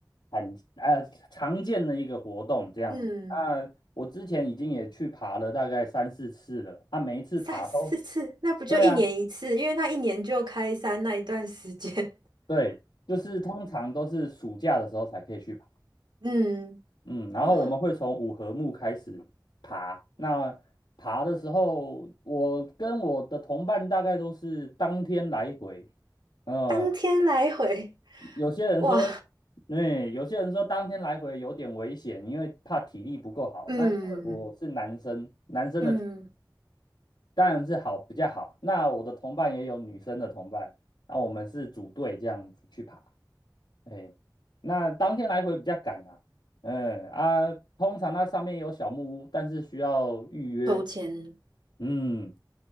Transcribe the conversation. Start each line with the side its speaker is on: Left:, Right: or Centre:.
Left: 很呃常见的一个活动，这样子。
Right: 嗯，
Left: 那我之前已经也去爬了大概三四次了，啊，每一次爬都，
Right: 三四次，那不就一年一次？
Left: 对啊，
Right: 因为他一年就开山那一段时间。
Left: 对，就是通常都是暑假的时候才可以去爬，
Right: <laughs> 嗯，
Left: 嗯，然后我们会从五合目开始爬。
Right: 哇，
Left: 那爬的时候，我跟我的同伴大概都是当天来回，嗯，
Right: 当天来回，
Left: 有些人说，
Right: 哇，
Left: 对，有些人说当天来回有点危险，因为怕体力不够好。
Right: 嗯
Left: 那因为我是男生，男生的体
Right: 嗯，
Left: 当然是好比较好。那我的同伴也有女生的同伴，那我们是组队这样子去爬。哎，那当天来回比较赶啊。嗯啊，通常那上面有小木屋，但是需要预约。
Right: 抽签，
Left: 嗯。